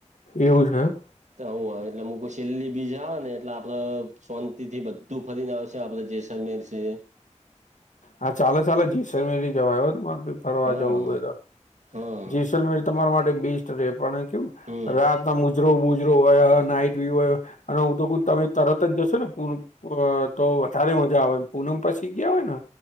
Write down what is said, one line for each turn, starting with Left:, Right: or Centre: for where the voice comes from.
Left: એવું છે.?
Right: તો આવું હોય એટલે હઈ સેલી બીજા આવે ને એટલે આપડે સોંતિ થી બધુ તું ફરી ના આવ છે. આપલા જેૈસાલમેર સે
Left: હા ચાલો ચાલો જીસમેરી જવા આવ તમા ફરવા
Right: હા
Left: જવું હોય તો
Right: હા
Left: જેસલમેર તમારા માટે બેસ્ટ રે પણ કેવું?
Right: હમ
Left: રહતા મુછ જરો બુજરો હોય નાઈટ વ્યુહ હોય અને હું તો તમે તરત જ જશો ને પ તો વધારે મજા આવે પૂનમ પછી ગયા હોય ને